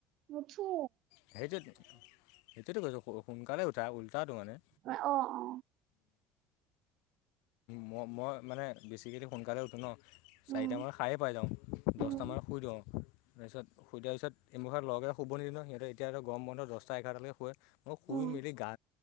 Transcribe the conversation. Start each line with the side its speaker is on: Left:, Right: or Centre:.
Right: উঠো।
Left: সেইটো সেইটোতো, কৈছো সোনকালে উঠা। গাধোৱা নাই।
Right: অ অ
Left: মই - মই, মানে বেছিকেই সোনকালে উঠো ন। চাৰিটামান
Right: উম
Left: সাৰে পাই যাওঁ, দহটামান
Right: উম
Left: শুই দিওঁ। তাৰপিছত, শুই তাৰ পিছত এমখা লগে শুব নিদি <inaudible> সিহঁতে এতিয়া আৰু গৰম বন্ধ দহটা এঘাৰটা লকে শুৱে। মই শুই
Right: উম
Left: মেলি গা